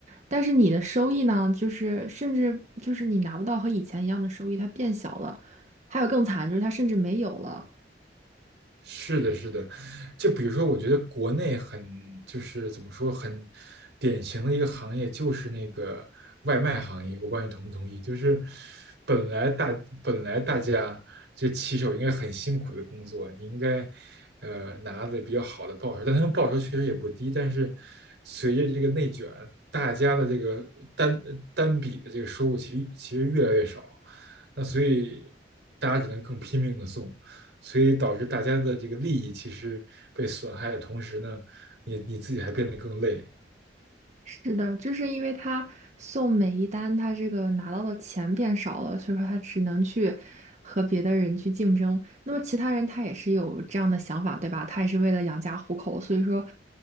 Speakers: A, on the right; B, on the right.
A: 但是你的收益呢，就是甚至就是你拿不到和以前一样的收益，它变小了。还有更惨，就是他甚至没有了。
B: 是的，是的，就比如说，我觉得国内很就是怎么说，很典型的一个行业就是那个外卖行业。我不知道你同不同意，就是本来大本来大家就骑手应该很辛苦的工作，你应该呃拿的比较好的报酬，但他们报酬确实也不低。但是随着这个内卷，大家的这个单单笔的这个收入其实其实越来越少，那所以大家只能更拼命的送。所以导致大家的这个利益其实被损害的同时呢，你你自己还变得更累。
A: 是的，就是因为他送每一单，他这个拿到的钱变少了，所以说他只能去和别的人去竞争。那么其他人他也是有这样的想法，对吧？他也是为了养家糊口，所以说